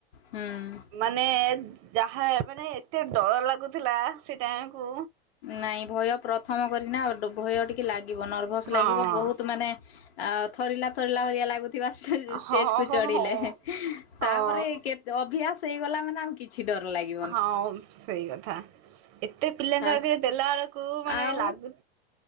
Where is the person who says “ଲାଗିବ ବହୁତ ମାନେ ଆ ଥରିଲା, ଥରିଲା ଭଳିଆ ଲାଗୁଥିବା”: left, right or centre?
Left